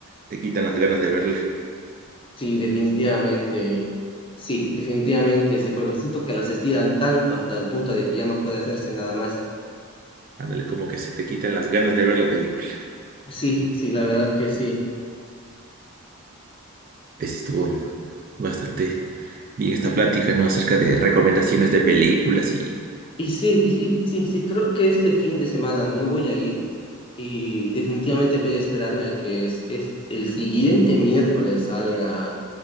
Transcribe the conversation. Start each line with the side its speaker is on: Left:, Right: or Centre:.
Right: te quitan las ganas de verla.
Left: sí, definitivamente, sí, definitivamente, sí, porque siento que las estiran tanto hasta el punto de que ya no puede hacerse nada más.
Right: Ándale, como que se te quitan las ganas de ver la película.
Left: Sí, sí, la verdad que sí.
Right: Pues sí estuvo bastante bien esta plática, ¿no? Acerca de recomendaciones de películas y...
Left: Y sí, y sí, sí, sí, creo que este fin de semana no voy a ir. Y definitivamente voy a esperarme a que es, es- el siguiente miércoles salga